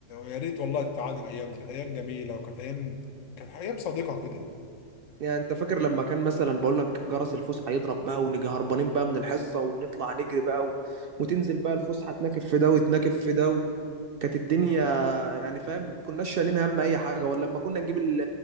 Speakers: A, on the left; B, on the right.
A: يا ريت والله تعاد الايام دي كانت ايام جميله وكانت ايام كانت ايام صادقه كده
B: يعني انت فاكر لما كان مثلا بقول لك جرس الفسحه يضرب بقى ونيجي هربانين بقى من الحصه ونطلع نجري بقى و... وتنزل بقى الفسحه تناكف في ده وتناكف في ده و... كانت الدنيا يعني فاهم كناش شايلين هم اي حاجه ولا لما كنا نجيب ال-